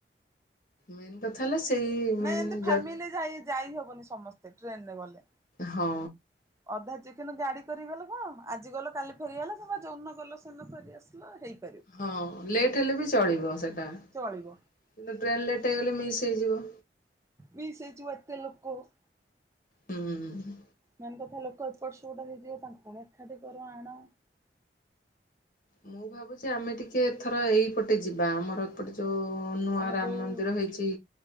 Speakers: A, on the left; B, on the right.
A: ମେନ୍ କଥା ହେଲା ସେଇ ମେନ୍
B: ନାଇଁ ଏମିତି ଫାମିଲି
A: ଯ
B: ଯାଇ ଯାଇ ହବନି ସମସ୍ତେ ଟ୍ରେନ ରେ ଗଲେ।
A: ହଁ।
B: ଅଧା ଯ କିନ୍ତୁ ଗାଡି କରିଗଲ କଣ ଆଜି ଗଲ କାଲି ଫେରିଗଲା କିମ୍ବା ଯଉନ ଗଲ ସେନ ଫେରି ଆସିଲ ହେଇକ।
A: ହଁ ଲେଟ୍ ହେଲେ ବି ଚଳିବ ସେଇଟା କିନ୍ତୁ
B: ଚଳିବ
A: ଟ୍ରେନ୍ ଲେଟ୍ ହେଇଗଲେ ମିସ୍ ହେଇଯିବ।
B: ମିସ ସେଇଚିବ ଏତେ ଲୋକ <unintelligible>
A: ହୁଁ- ହୁଁ-ହୁଁ।
B: ମାନେ କଥା ଲୋକ ଏପଟ ସେପଟ ହେଇଯିବ ତାଙ୍କୁ ପୁଣି ଏକାଠି କରୁ ଆଣ
A: ମୁଁ ଭାବୁଛି ଆମେ ଟିକେ ଏଥର ଏଇପଟେ ଯିବା ଆମର ଏପଟେ। ଯୋଉ ନୂଆ
B: ଆମ
A: ରାମମନ୍ଦିର
B: ଯୋଉ
A: ହେଇଛି